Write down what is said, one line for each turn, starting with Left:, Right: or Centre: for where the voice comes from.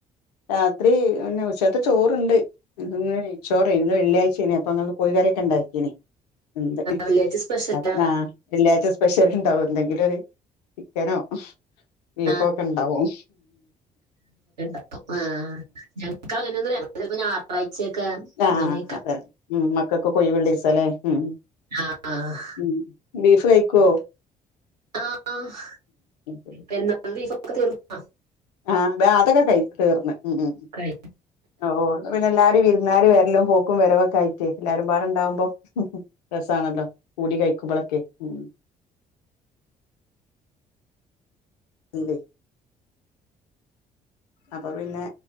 Left: രാത്രി പിന്നെ ഉച്ചാത്തെ ചോറ്ണ്ട്. ഇന്ന് നെയ്ചോറ് യ്ഞ്ഞു ഇന്ന് വെള്ളിയാഴ്ചയ്ഞ്ഞു അപ്പൊ അങ്ങന കോയി കറി ഒക്കെ ണ്ടാക്കീന് എന്ത്
Right: വില്ലേജ് സ്പെഷ്യലാണ്
Left: ആഹ് ആ വെള്ളിയാഴ്ച്ച സ്പെഷ്യല് ണ്ടാവും എന്തെങ്കിലും ഒരു ചിക്കനോ? ബീഫോക്കെ
Right: ആ
Left: ണ്ടാവും.
Right: ഹ് ആഹ് ഞങ്ങക്ക് അങ്ങനൊന്നും ഞങ്ങള് ചെലപ്പോ ഞായറായ്ചൊക്കെ
Left: ആ
Right: ഇങ്ങനെയൊക്കെ
Left: അതെ ഉം ഉം മക്കൾക്ക് ഒക്കെ ഒയി വിള്ളിസല്ലേ ഉം
Right: ആഹ്
Left: ഉം ബീഫ് കയിക്കോ?
Right: ആഹ് ആഹ്
Left: ഉം
Right: പെരുന്നാൾ ഭീഫൊക്കെ തീർന്നോ?
Left: ആഹ് തെ അതൊക്കെ കയി തീർന്ന് ഉം ഉം
Right: കഴിഞ്ഞ
Left: ഓഹ് ഓഹ് പിന്നെ എല്ലാരും വിരുന്നാര് വെരലും പോക്കും വരവൊക്കെ ആയിട്ടേയ് എല്ലാരും പാടണ്ടാവുമ്പോ? രസാണല്ലോ കൂടി കയിക്കുമ്പോളൊക്കെ ഉം ണ്ട് അപ്പൊ പിന്നെ